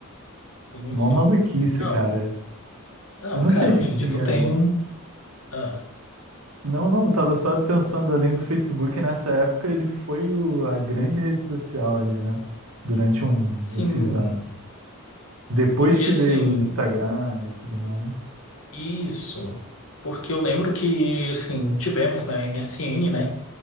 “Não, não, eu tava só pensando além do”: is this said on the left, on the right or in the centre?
Right